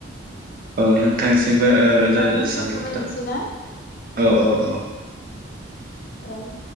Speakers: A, on the right (about 45°); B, on the left (about 45°).
A: औ नोंथांसिमबो
B: बिदिब्ला
A: रोजा रोजा
B: जों
A: साबायखर
B: दोनथ'लायनोसै
A: थाबाय
B: ना
A: औ औ औ।
B: औ